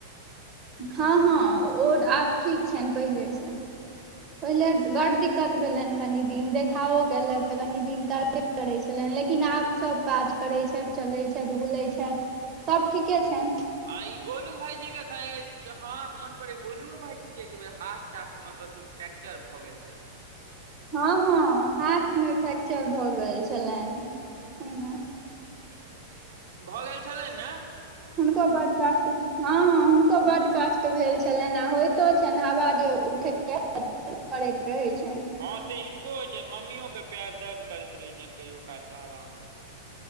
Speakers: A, on the right; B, on the right.
A: हँ हँ ओ आब ठीक छनि पहिलेसँ पहिले बड़ दिक्कत भेलनि कनी दिन देखाओ केले तऽ कनी दिन तर करै छलनि लेकिन आब सभ काज करैत छथि चलैत छथि बुलैत छथि सब ठीके छेन
B: आ ई गोलू भैंजी के कह हमरा मोन पड़ गोलुओ भैंजी के एक बेेर हाट ताथ मे कतहु फ्रेक्चर भऽ गेल छलनि
A: हँ हँ हाथ मे फ्रैक्चर भऽ गेल छलनि पहिना
B: भऽ गेल छलैन ने
A: हुनको बड्ड कष्ट हँ हँ हुनको बड्ड कष्ट भेल छलनि आ होइतो छनि हवा जे उठैत <unintelligible> रहै छनि
B: हँ से हिनको होइ छनि मम्मियो के पैर दर्द करैत रहे छनि कहियो काल कऽ हवा मे